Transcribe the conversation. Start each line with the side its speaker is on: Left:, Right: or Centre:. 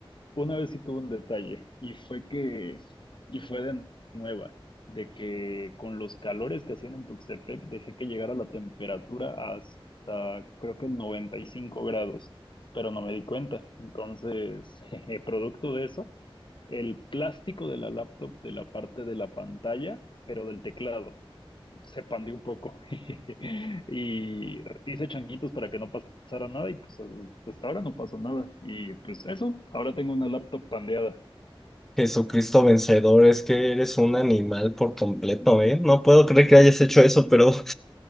Left: una vez sí tuve un detalle y fue que, y fue de nueva, de que con los calores que hacían en Tuxtepec dejé que llegara la temperatura hasta creo que 95 grados, pero no me di cuenta. Entonces, <laughs> jeje, producto de eso, el plástico de la laptop de la parte de la pantalla, pero del teclado, se pandió un poco <laughs> y hice changuitos para que no pasara nada y pues hasta ahora no pasó nada. Y pues eso, ahora tengo una laptop pandeada.
Centre: Jesucristo vencedor, es que eres un animal por completo, ¿eh? No puedo creer que hayas hecho eso, pero